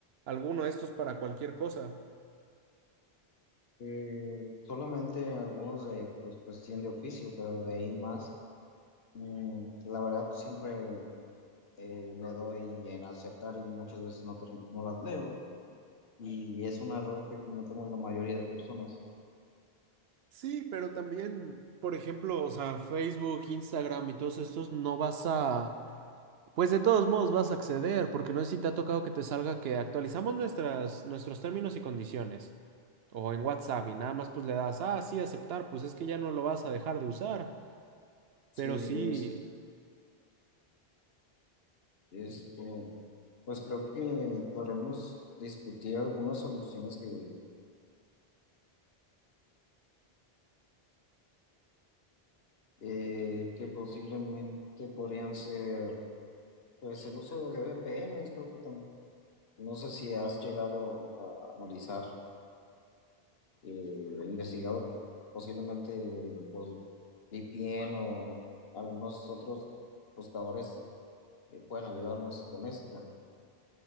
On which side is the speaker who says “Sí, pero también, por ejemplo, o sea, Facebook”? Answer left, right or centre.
Right